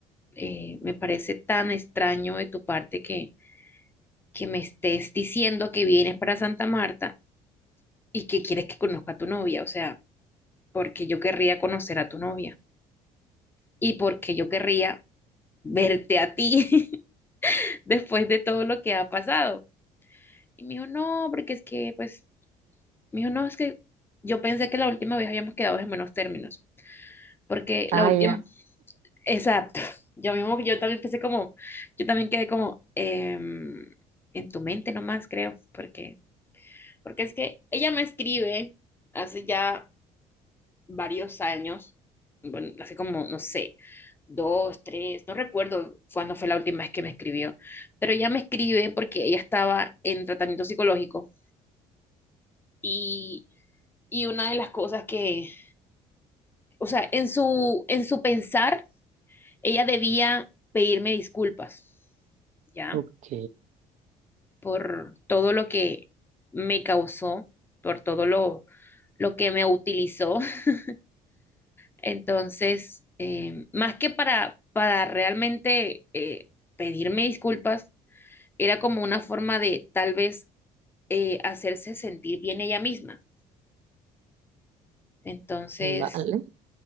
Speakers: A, on the left (about 15°); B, on the right (about 60°).
A: eh, me parece tan extraño de tu parte que, que me estés diciendo que vienes para Santa Marta y que quieres que conozca a tu novia, o sea, porque yo querría conocer a tu novia y porque yo querría verte a ti <laughs> después de todo lo que ha pasado. Y me dijo, no, porque es que, pues, me dijo, no, es que yo pensé que la última vez habíamos quedado en buenos términos, porque
B: Ah,
A: la última,
B: ya.
A: <laughs> exacto, yo mismo, yo también pensé como, yo también quedé como em, en tu mente nomás, creo, porque, porque es que ella me escribe hace ya varios años, bueno, hace como, no sé, dos, tres, no recuerdo cuándo fue la última vez que me escribió, pero ella me escribe porque ella estaba en tratamiento psicológico y Y una de las cosas que, o sea, en su, en su pensar, ella debía pedirme disculpas, ¿ya?
B: Ok.
A: Por todo lo que me causó, por todo lo, lo que me utilizó. <laughs> Entonces, eh, más que para, para realmente eh, pedirme disculpas, era como una forma de tal vez eh, hacerse sentir bien ella misma. Entonces,
B: Vale.